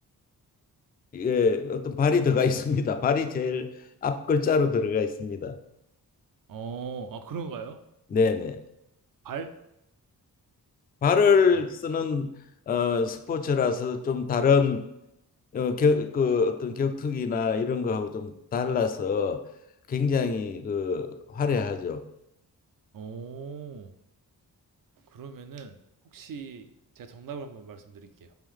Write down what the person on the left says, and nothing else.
예, 어떤 발이 들어가 있습니다. 발이 제일 앞 글자로 들어가 있습니다.
네, 네.
발을
쓰는 어, 스포츠라서 좀 다른 어, 겨, 그 어떤 격투기나 이런 거하고 좀 달라서 굉장히 그 화려하죠.